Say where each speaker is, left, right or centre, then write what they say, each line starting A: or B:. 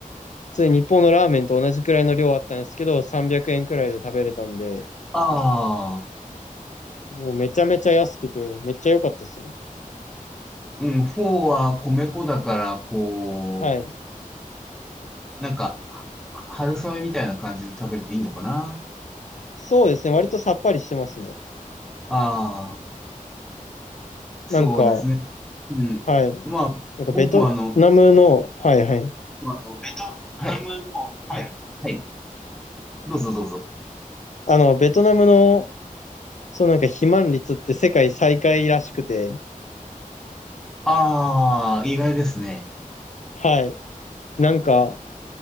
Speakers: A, on the left (about 55°); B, in the centre.
A: 普通に日本のラーメンと同じくらいの量あったんですけど、300円くえんくらいで食べれたんで、
B: ああ、
A: もうめちゃめちゃ安くて、めっちゃ良かったですね。
B: うん、フォーは米粉だから、こう、
A: はい。
B: なんか、は春雨みたいな感じで食べれていいのかな
A: そうですね。割とさっぱりしてますね。
B: ああ、そうですね。
A: なんか、
B: うん。
A: はい。
B: まあ、
A: なんかベトナムの、
B: 僕もあの、
A: はいはい。
B: まあ、あの、ベトはナい、ムの、はいはい。はい、どうぞどうぞ。
A: あの、ベトナムの、そうなんか肥満率って世界最下位らしくて、
B: ああ、意外ですね。
A: はい。なんか、